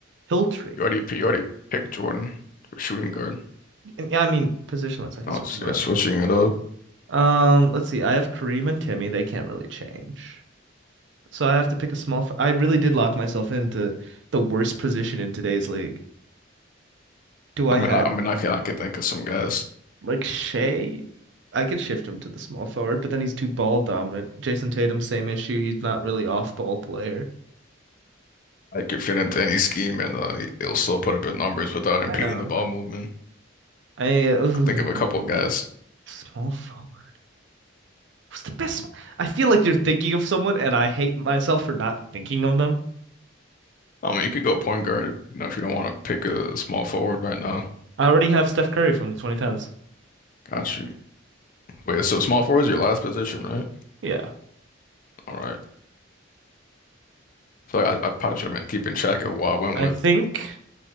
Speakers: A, on the right; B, on the left.
A: Hiltree.
B: You already you already picked Jordan for shooting guard.
A: And yeah, I mean positionless. I can
B: Now
A: switch
B: it's
A: them
B: yeah,
A: around.
B: switching it up.
A: Um, let's see. I have Kareem and Timmy. They can't really change. So I have to pick a small. f- I really did lock myself into the worst position in today's league. Do I
B: I mean
A: have?
B: I, I mean I can I could think of some guys
A: Like Shea, I could shift him to the small forward, but then he's too ball dominant. Jason Tatum, same issue. He's not really off ball player.
B: that could fit into any scheme and uh they'll still put up his numbers without impeding
A: I know.
B: the ball movement.
A: I ooh,
B: I think of a couple of guys.
A: small forward. Who's the best? I feel like you're thinking of someone, and I hate myself for not thinking of them.
B: I mean you could go point guard, you know, if you don't want to pick a small forward right now.
A: I already have Steph Curry from the 2010s.
B: Got you. Wait, so small forward is your last position, right?
A: Yeah.
B: All right. So I, I probably should have been keeping track of who I went
A: I
B: with.
A: think,